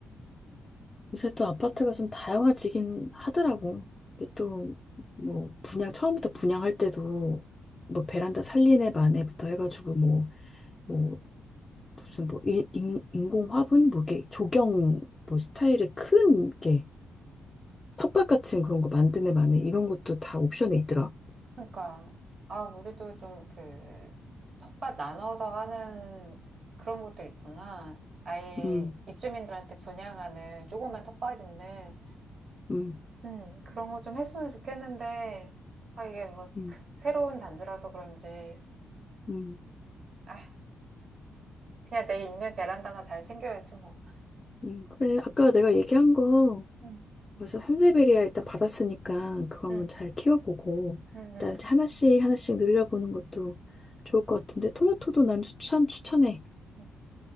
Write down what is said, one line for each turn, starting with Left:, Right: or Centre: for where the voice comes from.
Left: 요새 또 아파트가 좀 다양화지긴 하더라고. 이게 또, 뭐, 분양, 처음부터 분양할 때도 뭐 베란다 살리네 마네부터 해가지고 뭐, 뭐, 무슨 뭐 인, 인- 인공 화분 뭐 이게 조경 뭐 스타일의 큰 게 텃밭 같은 그런 거 만드네 만에 이런 것도 다 옵션에 있더라.
Right: 그러니까 아 우리도 좀 그 텃밭 나눠서 하는 그런 곳들 있잖아. 아예
Left: 음,
Right: 입주민들한테 분양하는 조그만 텃밭 있는
Left: 음,
Right: 음, 그런 거 좀 했으면 좋겠는데 아 이게 뭐
Left: 음,
Right: 크- 새로운 단지라서 그런지
Left: 음,
Right: 아 그냥 내 있는 베란다나 잘 챙겨야지 뭐.
Left: 음. 그래 아까 내가 얘기한 거
Right: 음,
Left: 벌써 산세베리아 일단 받았으니까 그거 한번
Right: 음,
Left: 잘 키워보고
Right: 음,
Left: 그다음에
Right: 음.
Left: 이제 하나씩 하나씩 늘려보는 것도 좋을 것 같은데 토마토도 난 추천 추천해.
Right: 음.